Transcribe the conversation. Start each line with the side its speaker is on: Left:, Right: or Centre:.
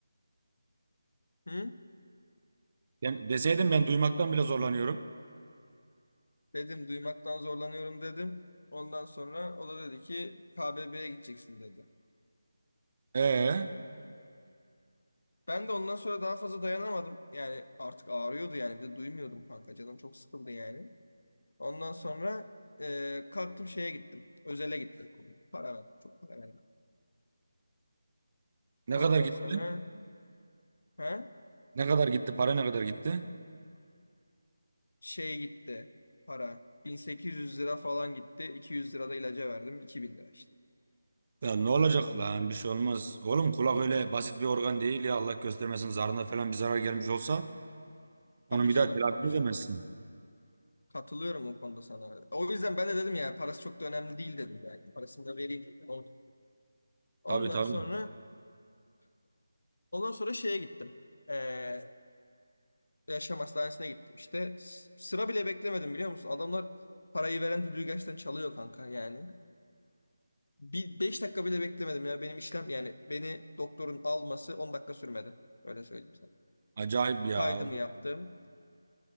Left: Hı?
Right: de- deseydin ben duymaktan bile zorlanıyorum.
Left: Dedim duymaktan zorlanıyorum dedim. Ondan sonra o da dedi ki KBB'ye gideceksin dedi.
Right: E,
Left: Ben de ondan sonra daha fazla dayanamadım. Yani artık ağrıyordu yani. Bir de duymuyordum kanka. Canım çok sıkıldı yani. Ondan sonra e, kalktım şeye gittim. Özele gittim. Para verdim. Çok para verdim.
Right: ne
Left: Ondan
Right: kadar gitti?
Left: sonra ha,
Right: Ne kadar gitti? Para ne kadar gitti?
Left: şey gitti para. 1800 lira falan gitti. 200 lira da ilaca verdim. 2000 lira işte.
Right: Ya ne olacak lan bir şey olmaz. Oğlum kulak öyle basit bir organ değil ya Allah göstermesin zarına falan bir zarar gelmiş olsa
Left: Tabii
Right: onu bir
Left: canım,
Right: daha telafi
Left: tabii
Right: edemezsin.
Left: canım. Katılıyorum o konuda sana. O yüzden ben de dedim yani parası çok da önemli değil dedim yani. Parasını da vereyim dedim. Oldu. Ondan
Right: Tabii tabii.
Left: sonra ondan sonra şeye gittim. Ee, yaşam hastanesine gittim işte. S- Sıra bile beklemedim biliyor musun? Adamlar parayı veren düdüğü gerçekten çalıyor kanka yani. Bir 5 dakika bile beklemedim ya. Benim işlem yani beni doktorun alması 10 dakika sürmedi. Öyle söyleyeyim sana.
Right: Acayip ya.
Left: Kaydımı yaptım.